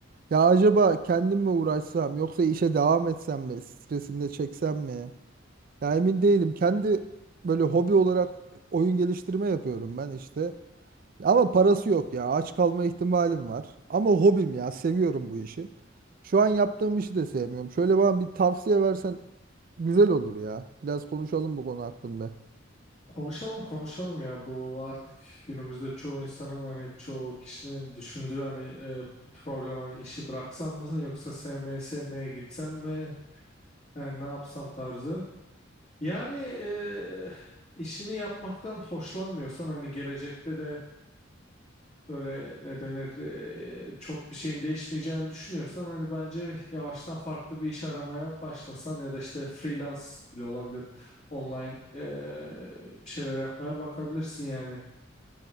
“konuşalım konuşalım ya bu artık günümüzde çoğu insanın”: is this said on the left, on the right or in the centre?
Left